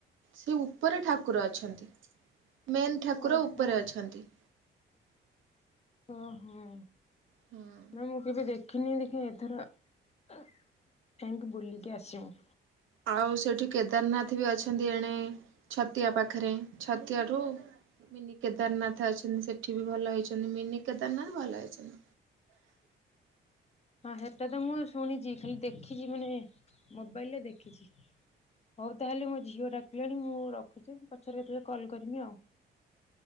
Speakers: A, on the right (about 80°); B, on the left (about 30°).
A: ସେ ଉପରେ ଠାକୁର ଅଛନ୍ତି। ମେନ୍ ଠାକୁର
B: ଓହୋ।
A: ଉପରେ ଅଛନ୍ତି।
B: ଓହୋ।
A: ହଁ।
B: ନା ମୁଁ କେବେ ଦେଖିନି ଦେଖ ଏଥର ଯାଇକି ବୁଲିକି ଆସିବୁ।
A: ଆଉ ସେଠି କେଦାରନାଥ ବି ଅଛନ୍ତି ଏଣେ ଛତିଆ ପାଖରେ ଛତିଆ ଠୁ ମିନି କେଦାରନାଥ ଅଛନ୍ତି ସେଠି ବି ଭଲ ହେଇଛନ୍ତି ମିନି କେଦାରନାଥ ଭଲ ହେଇଛନ୍ତି।
B: ହଁ ହେଟା ତ ମୁଁ ଶୁଣିଛି ଖାଲି ଦେଖିଛି ମାନେ ମୋବାଇଲରେ ଦେଖିଛି। ହଉ ତାହେଲେ ମୋ ଝିଅ ଡାକିଲାଣି ମୁଁ ରଖୁଛି ମୁଁ ପଛରେ କେତେବେଳେ କଲ୍ କରିବି ଆଉ।